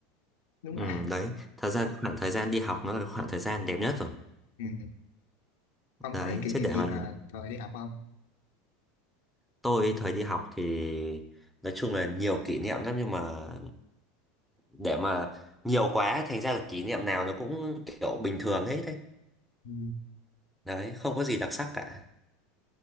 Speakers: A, on the left; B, in the centre.
A: đúng
B: ừ
A: là
B: đấy thật ra khoảng thời gian đi học nó là khoảng thời gian đẹp nhất rồi
A: ừ. <laughs> không
B: đấy
A: có cái kỷ
B: chứ
A: niệm
B: để
A: gì
B: mà
A: mà thời đi học không
B: tôi thời đi học thì nói chung là nhiều kỷ niệm lắm nhưng mà để mà nhiều quá thành ra là kỷ niệm nào nó cũng kiểu bình thường hết đấy
A: ừ.
B: đấy không có gì đặc sắc cả